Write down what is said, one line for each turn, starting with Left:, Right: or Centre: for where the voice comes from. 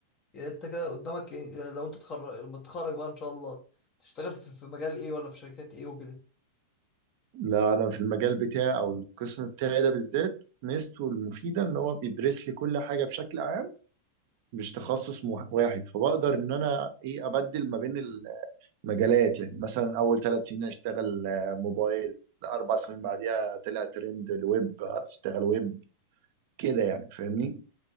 Left: يعني انت كده قدامك إيه؟ لو انت تخرج لما تتخرج بقى ان شاء الله تشتغل في في مجال ايه ولا في شركات ايه وكده
Right: لا انا في المجال بتاعي او القسم بتاعي ده بالذات ميزته المفيده ان هو بيدرس لي كل حاجه بشكل عام مش تخصص مح- واحد فبقدر ان انا ايه ابدل ما بين مجالات يعني مثلا اول ثلاث سنين اشتغل آه، موبايل الاربع سنين بعديها طلع ترند الويب هتشتغل ويب كده يعني فاهمني